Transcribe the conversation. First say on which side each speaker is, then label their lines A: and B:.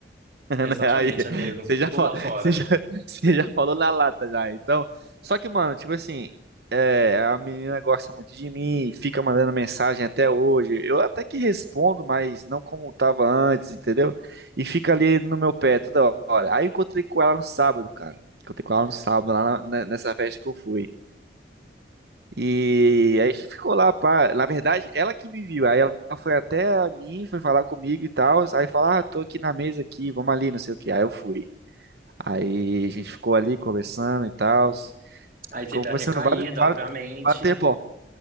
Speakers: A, on the right; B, on the right.
A: né?
B: Exatamente,
A: Aí,
B: amigo.
A: você já,
B: Pula
A: fa-
B: fora.
A: você já, <laughs> você já falou na lata já. Então, só que, mano, tipo assim, é, a menina gosta muito de mim, fica mandando mensagem até hoje. Eu até que respondo, mas não como tava antes, entendeu? E fica ali no meu pé toda hora. Aí eu encontrei com ela no sábado, cara. Encontrei com ela no sábado, lá na- na- nessa festa que eu fui. E aí a gente ficou lá, pá. Na verdade, ela que me viu. Aí ela foi até a mim, foi falar comigo e tal. Aí falar, ah, tô aqui na mesa aqui, vamos ali, não sei o que. Aí eu fui. Aí a gente ficou ali conversando e tal.
B: Aí
A: Ficou
B: teve
A: conversando
B: a recaída,
A: vários, vários,
B: obviamente.
A: vários tempo, ó.